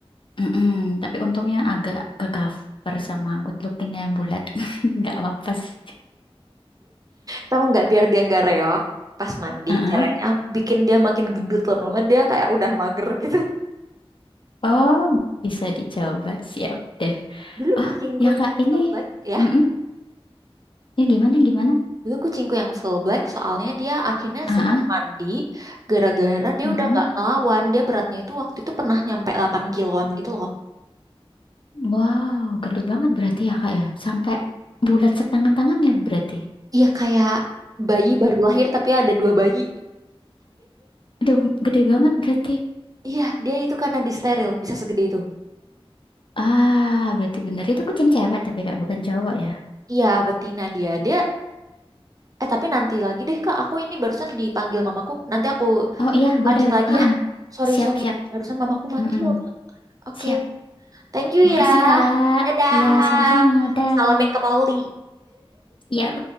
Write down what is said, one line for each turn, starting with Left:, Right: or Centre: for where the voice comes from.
Left: mm-mm. Tapi untungnya agak ke cover sama good looking yang bulat. <laughs> Nggak apa-apa sih.
Right: tahu nggak biar dia nggak reok pas mandi
Left: Heeh.
Right: caranya bikin dia makin gendut lama-lama dia kayak udah mager gitu
Left: Oh bisa dicoba siap deh.
Right: Dulu
Left: Oh
Right: kucingku
Left: ya
Right: yang
Left: Kak ini.
Right: full black ya.
Left: Mm-mm. Ya gimana gimana?
Right: Dulu kucingku yang full black soalnya dia akhirnya
Left: Heeh.
Right: senang mandi gara-gara dia
Left: mm.
Right: udah nggak ngelawan. Dia beratnya itu waktu itu pernah nyampe 8 kiloan gitu loh.
Left: Wow, gendut banget berarti ya kak ya. Sampai bulat setangan tangannya berarti.
Right: Iya kayak bayi baru lahir tapi ada dua bayi.
Left: Aduh, gede banget berarti.
Right: Iya, dia itu karena disteril bisa segede itu.
Left: Ah, berarti bener. Itu kucing cewek tapi kak, bukan cowok ya.
Right: Iya, betina dia. Dia eh tapi nanti lagi deh Kak, aku ini barusan dipanggil mamaku. Nanti aku
Left: Oh iya, boleh.
Right: lanjut lagi
Left: Ah,
Right: ya.
Left: ah.
Right: Sorry,
Left: Siap,
Right: sorry.
Left: siap.
Right: Barusan mamaku manggil.
Left: Mm-mm.
Right: Oke,
Left: Siap.
Right: Thank you
Left: Makasih
Right: ya.
Left: kak.
Right: Dadah.
Left: Iya, sama-sama. Dah.
Right: Salamin ke Molly.
Left: Iya.